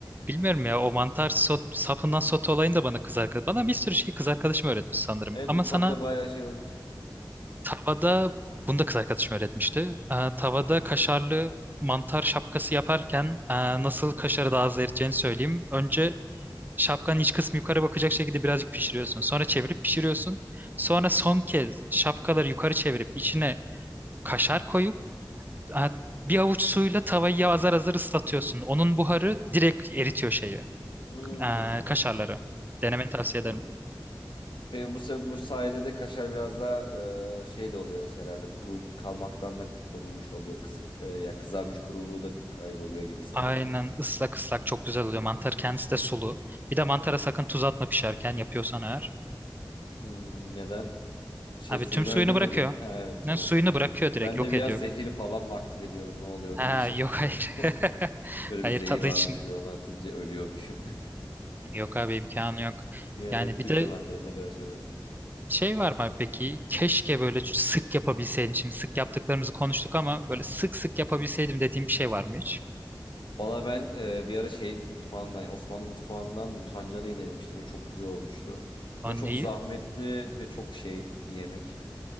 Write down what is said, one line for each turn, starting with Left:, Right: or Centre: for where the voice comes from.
Right: Bilmiyorum ya o mantar sot, sapından sote olayını da bana kız arkadaş. Bana bir sürü şey kız arkadaşım öğretmiş sanırım.
Left: Evet
Right: Ama
Left: mutfakta
Right: sana
Left: bayağı şey olmuş.
Right: tavada bunu da kız arkadaşım öğretmişti. Ee, tavada kaşarlı mantar şapkası yaparken e, nasıl kaşarı daha az eriteceğini söyleyeyim. Önce Şapkanın iç kısmı yukarı bakacak şekilde birazcık pişiriyorsun. Sonra çevirip pişiriyorsun. Sonra son kez şapkaları yukarı çevirip içine kaşar koyup ha, bir avuç suyla tavayı azar azar ıslatıyorsun. Onun buharı direkt eritiyor şeyi,
Left: Hmm.
Right: eee, kaşarları. Denemeni tavsiye
Left: Olabilir.
Right: ederim.
Left: Peki bu, se- bu sayede de kaşar biraz daha e, şey de oluyor herhalde kuru kalmaktan da korunmuş oluyor. Kız, e, yani kızarmış kuruluğu da kayboluyor gibi sanırım.
Right: Aynen ıslak ıslak çok güzel oluyor. Mantar kendisi de sulu. Bir de mantara sakın tuz atma pişerken yapıyorsan eğer.
Left: Hmm, neden? Şey
Right: Abi
Left: suyunu
Right: tüm suyunu
Left: öldürme
Right: bırakıyor.
Left: diye mi? <laughs> Ha, evet tamam.
Right: Yani suyunu
Left: <laughs>
Right: bırakıyor direkt
Left: Ben
Right: yok
Left: de biraz
Right: ediyor.
Left: zehir falan mı aktif ediyorum ne oluyorum
Right: Ha
Left: diyecektim.
Right: yok hayır.
Left: <laughs>
Right: <laughs>
Left: Böyle
Right: Hayır
Left: bir zehir
Right: tadı
Left: varmış
Right: için.
Left: ve onu atınca ölüyormuşum.
Right: Yok abi imkanı yok.
Left: <laughs> Ya,
Right: Yani
Left: Evet kültür
Right: bir de
Left: mantarı ne kadar şey olabilir.
Right: şey var mı peki? Keşke böyle sık yapabilseydim. Şimdi sık yaptıklarımızı konuştuk ama böyle sık sık yapabilseydim dediğim bir şey var mı hiç?
Left: Valla ben e, bir ara şey mutfağından, Osmanlı mutfağından mutancanayı denemiştim ve çok güzel olmuştu. Ama
Right: Anneyi?
Left: çok zahmetli ve çok şey bir yemek.